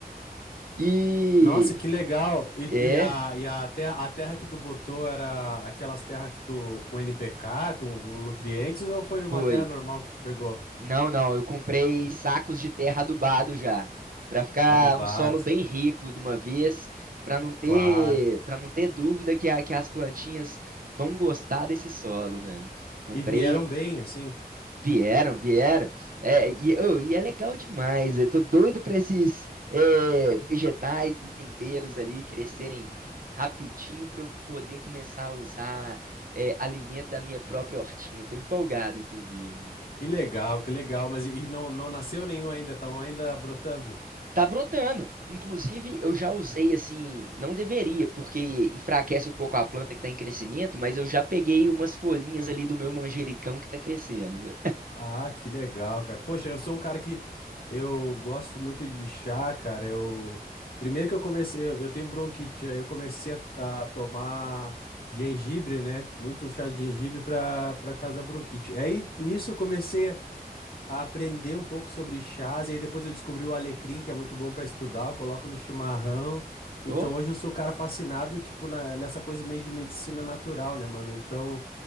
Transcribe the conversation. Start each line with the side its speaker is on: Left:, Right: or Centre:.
Right: e
Left: nossa, que legal. E,
Right: é,
Left: e a, e a terra, a terra que tu botou era aquelas terras que tu, com NPK, com nutrientes, ou foi uma
Right: foi.
Left: terra normal que tu pegou?
Right: Não, não, eu comprei sacos de terra adubado já, Pra ficar
Left: Adubado,
Right: um solo bem rico de uma vez, pra não ter,
Left: claro.
Right: para não ter dúvida que, a- que as plantinhas vão gostar desse solo, velho. Comprei,
Left: E vieram bem, assim.
Right: vieram, vieram. É, e, ô, e é legal demais. Eu tô doido pra esses é, vegetais e temperos ali crescerem rapidinho pra eu poder começar a usar é, alimento da minha própria hortinha. Tô empolgado, inclusive.
Left: Que legal, que legal. Mas e e não, não nasceu nenhum ainda, estão ainda brotando?
Right: Tá brotando. Inclusive, eu já usei assim, não deveria, porque enfraquece um pouco a planta que tá em crescimento, mas eu já peguei umas folhinhas ali do meu manjericão que tá crescendo, velho.
Left: Ah, que legal, cara. Poxa, eu sou um cara que eu gosto muito de chá, cara. Eu primeiro que eu comecei, eu eu tenho bronquite, aí eu comecei a, a tomar gengibre, né? Muito chá de gengibre para para causa da bronquite. Aí nisso eu comecei a aprender um pouco sobre chás, e aí depois eu descobri o alecrim, que é muito bom para estudar, eu coloco no chimarrão. Então
Right: Ó,
Left: hoje eu sou um cara fascinado, tipo, na- nessa coisa meio de medicina natural, né, mano? Então